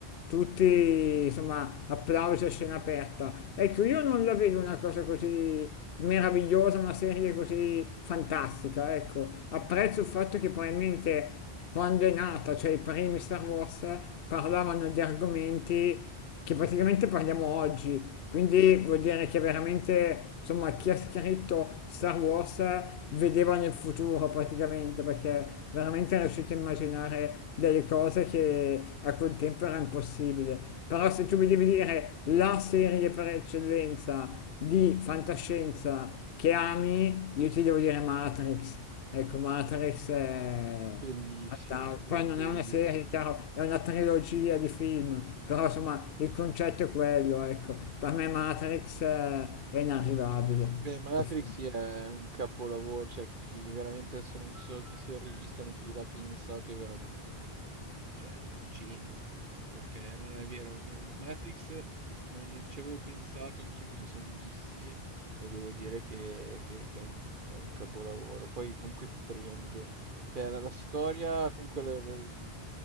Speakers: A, on the left; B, on the right.
A: tutti insomma applausi a scena aperta. Ecco, io non la vedo una cosa così meravigliosa, una serie così fantastica, ecco. Apprezzo il fatto che probabilmente quando è nata, cioè i primi Star Wars, parlavano di argomenti che praticamente parliamo oggi. Quindi vuol dire che veramente, insomma, chi ha scritto Star Wars vedeva nel futuro praticamente, perché veramente è riuscito a immaginare delle cose che a quel tempo era impossibile. Però se tu mi devi dire la serie per eccellenza di fantascienza che ami, io ti devo dire Matrix. Ecco, Matrix è
B: Bellissimo,
A: Fanta-
B: be-
A: Poi non
B: bellissimo.
A: è una serie, chiaro, è una trilogia di film, però insomma il concetto è quello, ecco. Per me Matrix eh, è inarrivabile.
B: Beh, Matrix
A: per favore.
B: sì, è un capolavoro, cioè chi, chi veramente adesso non so chi sia il regista, ma chi l'ha pensato è veramente un, cioè, un genio, perché no, no, è vero, no, Matrix non, non ci avevo pensato, anch'io me li sono visti e devo dire che, che- che è un, è un capolavoro, poi comunque ti prende, cioè la, la storia, comunque la- la-